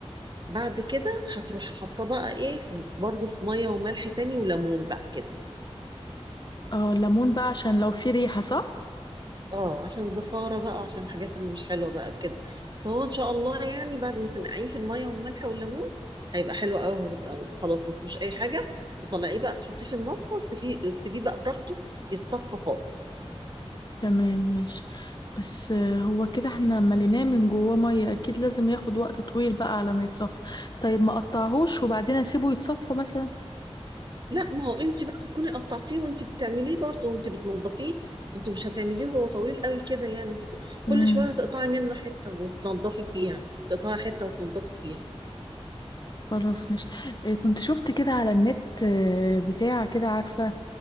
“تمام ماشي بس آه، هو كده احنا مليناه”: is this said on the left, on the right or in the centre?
Left